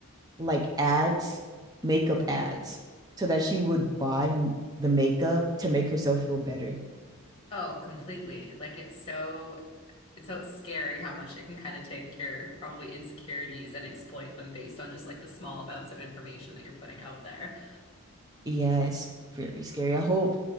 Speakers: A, on the right; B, on the left.
A: like ads makeup ads so that she would buy m- the makeup to make herself feel better
B: Oh, completely. Like it's so it's so scary how much it can kind of take your probably insecurities and exploit them based on just like the small amounts of information that you're putting out there.
A: yeah it's very scary i hope